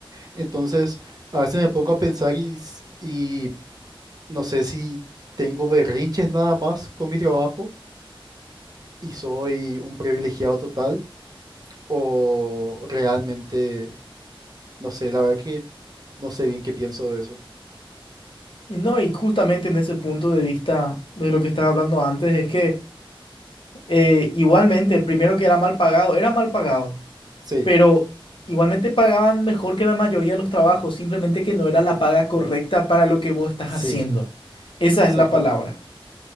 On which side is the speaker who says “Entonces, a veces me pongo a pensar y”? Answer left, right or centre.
Right